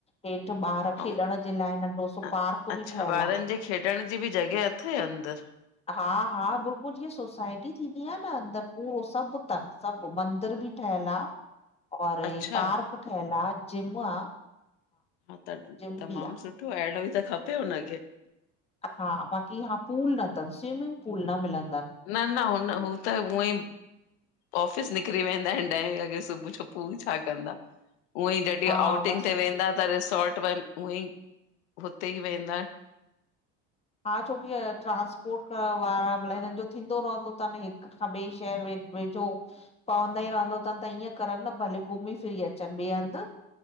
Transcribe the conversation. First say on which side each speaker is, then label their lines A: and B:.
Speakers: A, on the left; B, on the left.
A: हेठ ॿार खेॾण
B: ऐं
A: जे लाइ नंढो सो
B: अ
A: पार्क
B: अच्छा
A: बि ठयल
B: ॿारनि
A: आ।
B: जे खेॾण जी बि जॻह अथई अंदर?
A: हा हा बुल्कुल जीअं सोसाइटी थींदी आ न अंदर पूरो सब थन सब मंदर भी ठेहयल आ और
B: अच्छा,
A: इ पार्क ठेहयल आ जिम आ।
B: हा त
A: जिम
B: तमाम
A: बि
B: सुठो आ एहिड़ो इ त खपे हुनखे।
A: हा बाक़ी हा पूल न तन स्विमिंग पूल न मिलंदन।
B: न न हुन हू त हूअ ई ऑफिस निकरी वेंदा आहिन ॾहें वॻे सुबुह जो पूल छा कंदा। ऊअं ई जॾहिं
A: हा
B: आउटिंग
A: बस
B: ते वेंदा त रिसोर्ट वन। उअ ई हुते ई वेंदा।
A: हा छोकी ट्रांस्पोर्ट वारा अलाए हिनन जो थींदो रहंदो तन हिक। हां ॿेए शहर वे वेझो। पवंदा ई रहंदो तन त ईअं करन न भले घुमी फिरी अचन ॿे हंद